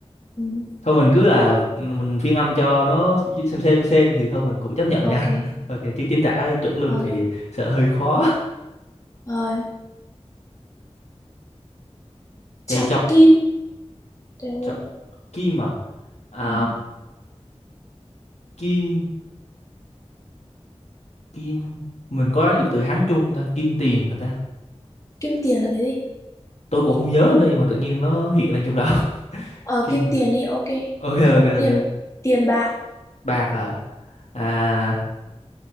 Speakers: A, on the left; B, on the left.
A: ừ.
B: thôi mình cứ là ừ, mình phiên âm cho nó xem xem xem thì thôi mình cũng chấp nhận
A: ok
B: nha <laughs> ok chứ chính tả chuẩn luôn
A: ờ,
B: thì sợ hơi khó
A: ờ,
B: chạy
A: chọc
B: chọc
A: kim được không?
B: chọc kim à à
A: ừ.
B: kim kim mình có lấy được từ Hán chung không ta kim tiền hả ta
A: kim tiền là cái gì
B: tôi cũng không nhớ nữa nhưng mà tự nhiên nó hiện lên trong đó <laughs>
A: ờ,
B: kim
A: kim
B: à?
A: tiền đi ok
B: ok ok
A: tiền
B: ok
A: tiền bạc
B: bạc à à